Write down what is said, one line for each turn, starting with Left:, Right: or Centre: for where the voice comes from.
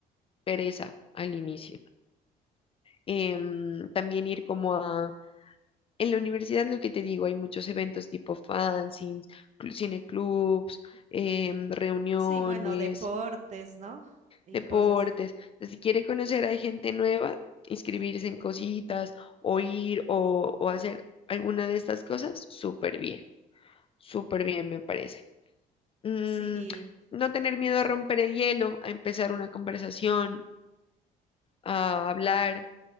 Left: pereza al inicio. Em, también ir como a... En la universidad, lo que te digo, hay muchos eventos tipo fanzines, cl- cineclubs, em, reuniones,
Right: Sí, bueno, deportes, ¿no? Y
Left: deportes.
Right: cosas.
Left: Entonces, si quiere conocer a gente nueva, inscribirse en cositas o ir o, o hacer alguna de estas cosas, súper bien, súper bien me parece. Mm,
Right: Sí,
Left: no tener miedo a romper el hielo, a empezar una conversación, a hablar